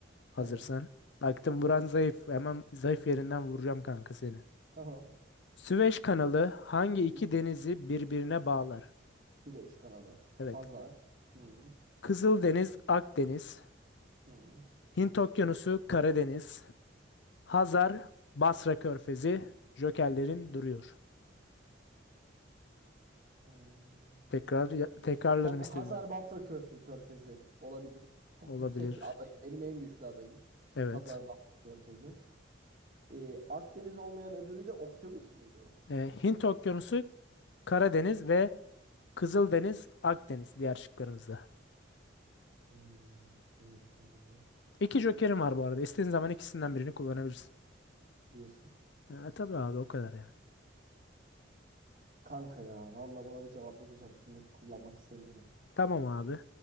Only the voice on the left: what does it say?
Hazırsan.
Baktım buran
zayıf. Hemen zayıf yerinden vuracağım kanka seni.
Süveyş kanalı hangi iki
denizi birbirine bağlar?
Evet.
Kızıldeniz, Akdeniz.
Hint Okyanusu, Karadeniz. Hazar, Basra Körfezi. Jokerlerin duruyor.
Tekrar tekrarlarım
istedim.
Olabilir.
Evet.
Ee, Hint Okyanusu, Karadeniz ve Kızıldeniz, Akdeniz diğer şıklarımızda.
İki jokerim var bu arada. İstediğin zaman ikisinden birini kullanabilirsin.
Ya, tabii abi o kadar yani.
Tamam abi.